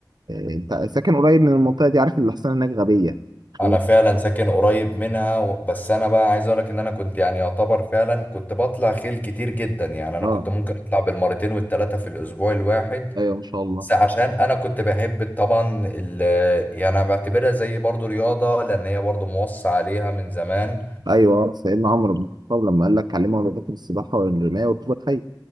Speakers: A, on the right (about 65°); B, on the left (about 25°).
A: انت ساكن قريب من المنطقه دي عارف ان الحصانه هناك غبيه
B: انا
A: و-
B: فعلا ساكن قريب منها و- بس انا بقى عايز اقولك ان انا كنت يعني يعتبر فعلا كنت بطلع خيل كتير جدا يعني انا
A: اه
B: كنت ممكن اطلع بالمرتين والتلاتة في الاسبوع الواحد
A: ايوه ما شاء الله
B: بس عشان انا كنت بحب طبعا ال يعني انا بعتبرها زي برضو رياضة لان هي برضو موصى عليها من زمان
A: ايوه سيدنا عمرو بن الخطاب لما قال لك علموا اولادكم السباحه والرمايه وركوب الخيل